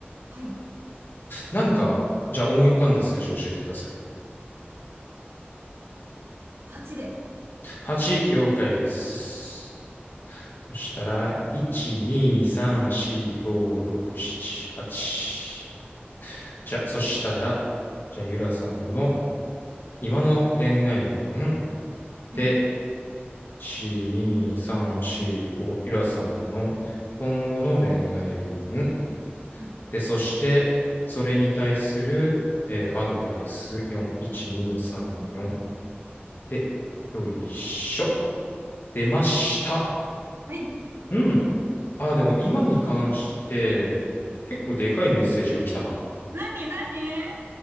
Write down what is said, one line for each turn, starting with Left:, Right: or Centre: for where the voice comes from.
Right: はい、
Left: なんか、じゃあ思い浮かんだ数字を教えてください。
Right: 8で。
Left: 8、了解です。そしたら、1、2、3、4、5、6、7、8。じゃあ、そしたら、じゃあ、ゆらさんの今の恋愛運
Right: はい、
Left: で、1、2、3、4、5、ゆらさんの今後の恋愛運
Right: はい、
Left: で、そして、それに対する、えーアドバイス4、1、2、3、4で、よいしょ。出ました。
Right: はい、
Left: うん。ああ、でも今に関して、結構でかいメッセージが来たな。
Right: 何、何